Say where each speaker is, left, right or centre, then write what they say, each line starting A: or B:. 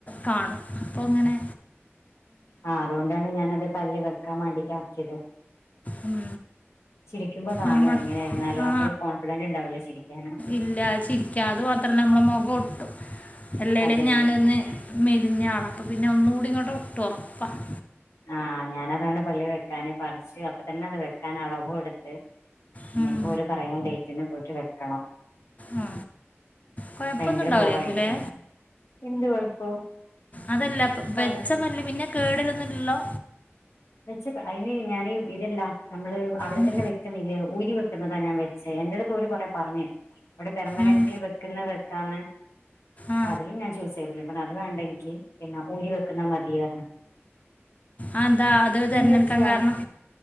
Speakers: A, on the left; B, on the left.
A: കാണും അപ്പൊ ങ്ങനെ
B: ആഹ് അതുകൊണ്ടാണ് ഞാനത് പല്ല് വെക്കാൻ വേണ്ടിട്ട് ആക്കിയത്
A: ഉം
B: ചിരിക്കുമ്പോ കാണോ
A: നമ്മൾ
B: എങ്ങനെയാ യിരുന്നാലോ
A: ആ
B: അപ്പൊ ഒരു കോൺഫിഡന്റ് ഉണ്ടാവല്ലേ ചിരിക്കാന്
A: ഇല്ല ചിരിക്കുക അത് മാത്രല്ല നമ്മളെ മുഖം ഒട്ടും അല്ലേല
B: അതെ
A: ഞാന ഒന്ന് മെലിഞ്ഞാണ് അപ്പം പിന്നെ ഒന്നുകൂടി ഇങ്ങോട്ട് ഒട്ടുംഉറപ്പാണ്
B: ആഹ് ഞാനതാണ് പല്ല് വെക്കാാന് പറിച്ച് അപ്പ തന്നെ അത് വെക്കാൻ അളവു എടുത്ത്
A: ഉം.
B: ഇനിയിപ്പോ ഒരു പറയുന്ന ഡേറ്റിന് പോയിട്ട് വെക്കണം
A: ആ കൊഴപ്പൊന്നുണ്ടാവലേക്കൂല്ലേ
B: ഭയങ്കര ബോറായിട്ട് തോന്നും എന്ത് കൊഴപ്പം
A: അതല്ലപ്പൊ
B: ഇപ്പ
A: വെച്ച
B: അത്
A: പല്ല്പിന്നെ കേടരുന്നില്ലല്ലോ
B: വെച്ച പ അതിന് ഞാന് ഇതല്ല നമ്മള് അവിടെ
A: ഉം.
B: തന്നെ വ വെക്കുന്നില്ല ഊരി വെക്കുന്നതാ ഞാൻ വച്ച് എന്റെടു ഓര് കൊറെ പറഞ്ഞേ ഇവിടെ പെർമനന്റ്ലി
A: ഉം.
B: വെക്കുന്നത് വെക്കാന്ന്
A: ആ
B: അതില് ഞാൻ ചോദി പെർമനൻ്റെ ലിഅത് വേണ്ടെങ്കിൽ പിന്നെ ഊരി വെക്കുന്ന മതിയാണ്
A: ആഎന്താ അത് തിരഞ്ഞെടുക്കാൻ
B: വെച്ച്
A: കാരണം